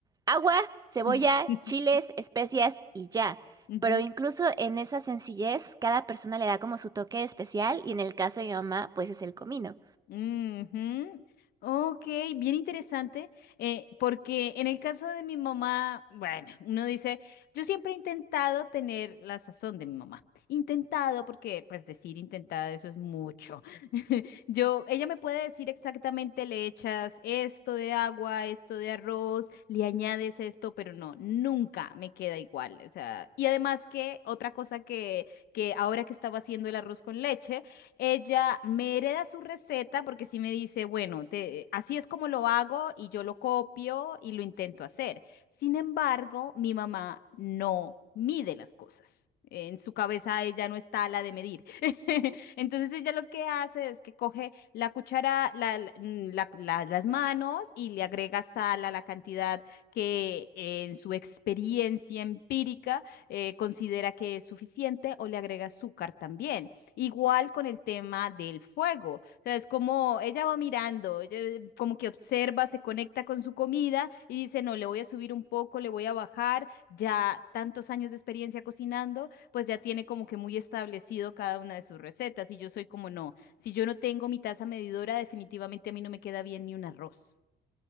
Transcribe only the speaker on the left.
<laughs>
Ujú.
Ujú. Ok, bien interesante, eh, porque en el caso de mi mamá, bueno, uno dice, yo siempre he intentado tener la sazón de mi mamá. Intentado, porque pues decir intentado eso es mucho. <laughs> Yo, ella me puede decir exactamente, le echas esto de agua, esto de arroz, le añades esto, pero no, nunca me queda igual. O sea, y además que otra cosa que, que ahora que estaba haciendo el arroz con leche, ella me hereda su receta porque sí me dice, bueno, te- así es como lo hago y yo lo copio y lo intento hacer. Sin embargo, mi mamá no mide las cosas. En su cabeza ella no está la de medir. <laughs> Entonces ella lo que hace es que coge la cuchara, la- la- mm, la- la- las manos y le agrega sal a la cantidad que en su experiencia empírica eh, considera que es suficiente o le agrega azúcar también. Igual con el tema del fuego. O sea, es como ella va mirando, ella como que observa, se conecta con su comida y dice, no, le voy a subir un poco, le voy a bajar. Ya tantos años de experiencia cocinando, pues ya tiene como que muy establecido cada una de sus recetas. Y yo soy como, no, si yo no tengo mi taza medidora, definitivamente a mí no me queda bien ni un arroz.